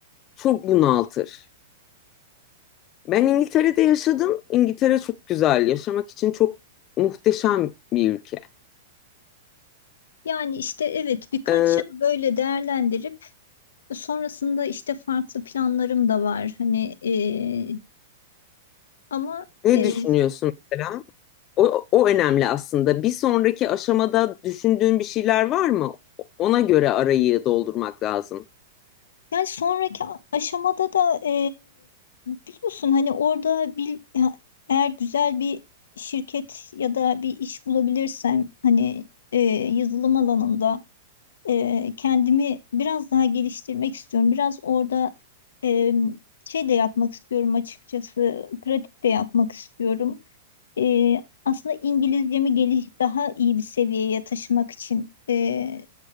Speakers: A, on the left; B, on the left.
A: Çok bunaltır. Ben İngiltere'de yaşadım. İngiltere çok güzel. Yaşamak için çok muhteşem bir ülke.
B: Yani işte evet birkaç
A: E,
B: yıl böyle değerlendirip Sonrasında işte farklı planlarım da var. Hani e, ama
A: ne
B: e,
A: düşünüyorsun mesela? O, o önemli aslında. Bir sonraki aşamada düşündüğün bir şeyler var mı? Ona göre arayı doldurmak lazım.
B: yani sonraki a- aşamada da e, biliyorsun hani orada bil, ya- eğer güzel bir şirket ya da bir iş bulabilirsem hani e, yazılım alanında e, kendimi biraz daha geliştirmek istiyorum. Biraz orada e, şey de yapmak istiyorum açıkçası pratik de yapmak istiyorum. e, aslında İngilizcemi geliş daha iyi bir seviyeye taşımak için e,